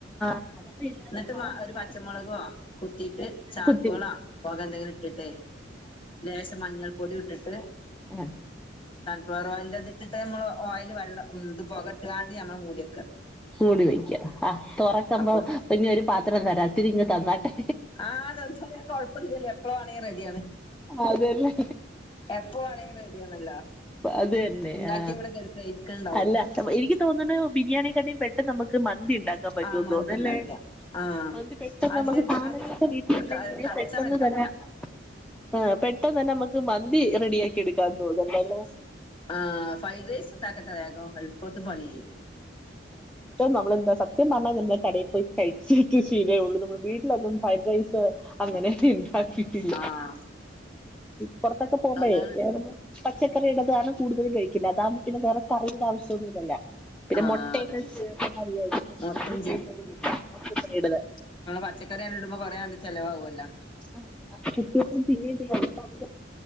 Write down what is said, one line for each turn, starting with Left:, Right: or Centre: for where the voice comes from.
Centre: ആ അപ്പൊ
Left: എന്നിട്ട് ഒരു പച്ചമുളകോ കുത്തിയിട്ട് ചാർക്കോളോ
Centre: കുത്തിരി
Left: പൊക എന്തെങ്കിലും ഇട്ടിട്ടേ ലേശം മഞ്ഞൾപ്പൊടി ഇട്ടിട്ട്
Centre: ആഹ്
Left: ഫ്ലോർ ഓയിലത് ഇട്ടിട്ട് നമ്മള് ഓയിൽ വെള്ളം ഇത് പുകട്ടാണ്ട് ഞമ്മൾ മൂടിയക്കുക
Centre: മൂടി വെക്കുക ആ തുറക്ക്പോ
Left: അപ്പൊ
Centre: പിന്നെ ഒരു പാത്രം തരാംത്തിരി ഇങ് തന്നാട്ടെ
Left: ആഹ്തര ഞൻ കൊഴപ്പം ഇില്ലല്ലോ എപ്പോഴും മാണെങ്കിലും റെഡിയാണ്
Centre: അതെല്ലെ
Left: എപ്പോ വേണെങ്കി റെഡിയാണല്ലോ
Centre: അത് തന്നെ
Left: ഉണ്ടാക്കി
Centre: ആ
Left: ഇവിടെ കെടക്ക ഇരിക്ക്ണ്ടാവും
Centre: അല്ല എനിക്ക് തോന്നണ ബിരി ക്ക പെട്ടെന്ന് നമുക്ക് മന്തി ഉണ്ട ൻ പറ്റും
Left: ആ മന്തി
Centre: തോന്നല്ലേെ
Left: ഇണ്ടാക്ക ആഹ്
Centre: മന്തി പെട്ടെന്ന്
Left: അധികം
Centre: സാധനങ്ങളൊക്കെ
Left: അധികം
Centre: വീട്ടില് ഉണ്ടെങ്കി <unintelligible>
Left: കച്ചറ ഇണ്ടാവൂല
Centre: ആ പെട്ടെന്ന് തന്നെ നമ്മുക്ക് മന്തി റെഡി ആാക്കി എടുക്കാ തോുന്നുണ്ടല്ലേ
Left: ആഹ് ഫ്രൈഡേയ്‌സും ഉണ്ടാക്കട്ടൊ വേഗം എളുപ്പത്ത് പണി കഴിയും
Centre: നമ്മളെന്താ സത്യം കടയിൽ പോയി കഴിച്ചിട്ട് ശീലയേള്ളൂ നമ്മൾ വീട്ടിലക്കെ ഫ്രൈഡ് റൈസ് അങ്ങനെ കിട്ടില്ല
Left: ആഹ്
Centre: പുറത്തൊക്കെ പോകുമ്പോഴേ
Left: അതാണ്
Centre: പച്ചക്കറിയ ഇടതാണ് കൂടുതലും കഴിക്കില്ല അതാക്പ പിന്നെ വേറെ കറിയുടെ ആവശ്യം ഒന്നുല്ലല്ലോ പിന്നെ
Left: ആഹ്
Centre: മുട്ടയൊക്കെ
Left: അതന്നെ
Centre: ചേച്ചിട്ട
Left: മുട്ടയും
Centre: ഇടണത്
Left: പച്ചക്കറിയാണ് ഇടുമ്പോ കൊറെേണ്ട് ചിലവാകുമല്ലോ
Centre: ആഹ് കുട്ട്യോക്ക് തിന്നേം ചെയ്യാം ഇപ്പോ അതിന്റെ